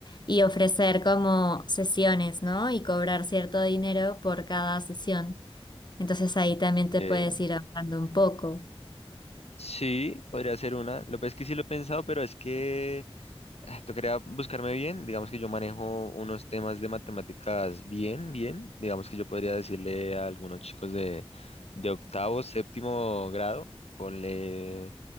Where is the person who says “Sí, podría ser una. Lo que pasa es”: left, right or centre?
Left